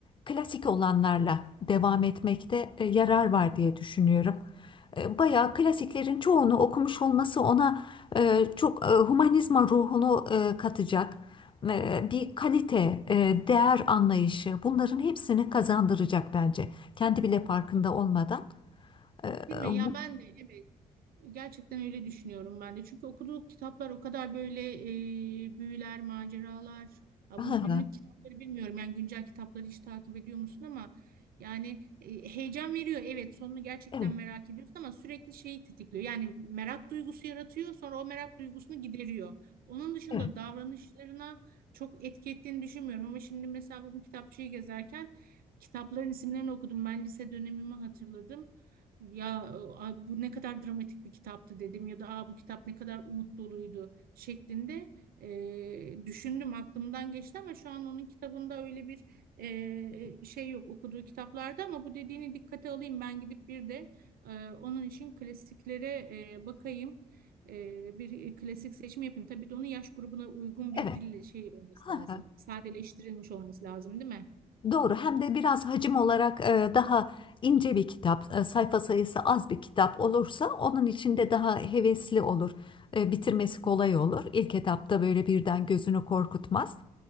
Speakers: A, on the left (about 25°); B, on the right (about 50°).
A: klasik olanlarla devam etmekte e, yarar var diye düşünüyorum e, bayağı klasiklerin çoğunu okumuş olması ona e, çok e, humanizma ruhunu e, katacak e, bir kalite, e, değer anlayışı bunların hepsini kazandıracak bence. Kendi bile farkında olmadan. E,
B: Değil mi?
A: bu-
B: Ya ben de evet. Gerçekten öyle düşünüyorum ben de. Çünkü okuduğu kitaplar o kadar böyle e, büyüler, maceralar. Ha,
A: Hı hı.
B: bu günlük kitapları bilmiyorum. Yani güncel kitapları hiç takip ediyor musun ama yani e, heyecan veriyor. Evet, sonunu gerçekten
A: Evet,
B: merak ediyorsun ama sürekli şeyi tetikliyor. Yani merak duygusu yaratıyor, sonra o merak duygusunu gideriyor. Onun dışında
A: evet,
B: davranışlarına çok etki ettiğini düşünmüyorum. Ama şimdi mesela bugün kitapçıyı gezerken kitapların isimlerini okudum. Ben lise dönemimi hatırladım ya "Aa, bu ne kadar dramatik bir kitaptı dedim ya da Aa, bu kitap ne kadar umut doluydu şeklinde e, düşündüm aklımdan geçti ama şu an onun kitabında öyle bir e, şey yok okuduğu kitaplarda ama bu dediğini dikkate alayım ben gidip bir de e, onun için klasiklere e, bakayım. E, bir klasik seçimi yapayım. Tabii de onun yaş grubuna uygun
A: evet.
B: bir dille şey olması
A: Hı
B: lazım.
A: hı.
B: Sadeleştirilmiş olması lazım, değil mi?
A: Doğru. Hem de biraz hacim olarak e, daha ince bir kitap, e, sayfa sayısı az bir kitap olursa onun içinde daha hevesli olur. E, bitirmesi kolay olur. İlk etapta böyle birden gözünü korkutmaz.